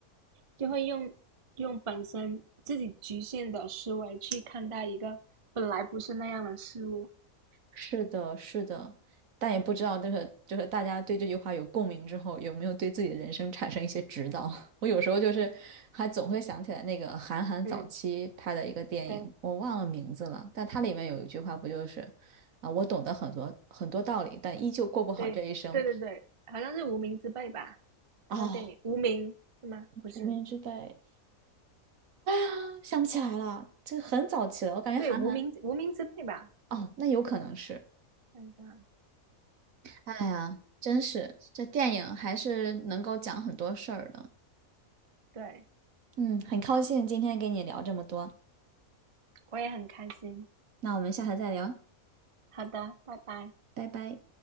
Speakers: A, on the right (about 35°); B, on the right (about 70°).
A: 就会用用本身自己局限的思维去看待一个本来不是那样的事物。
B: 是的，是的，但也不知道这个就是大家对这句话有共鸣之后，有没有对自己的人生产生一些指导？<laughs> 我有时候就是还总会想起来那个韩寒早期拍的一个电影，
A: 嗯，对，
B: 我忘了名字了，但它里面有一句话不就是啊，我懂得很多很多道理，但依旧过不好这一生。
A: 对，对对对，好像是《无名之辈》吧？他的电影《无名》是吗？
B: 哦，
A: 不是，
B: 无名之辈，啊想不起来了，这很早期了，我感觉韩寒
A: 对，无名无名之辈吧，
B: 哦，那有可能是。
A: 看一下，
B: 哎呀，真是这电影还是能够讲很多事儿的。
A: 对，
B: 嗯，很高兴今天跟你聊这么多，
A: 超，我也很开心。
B: 那我们下次再聊，
A: 好的，拜拜。
B: 拜拜。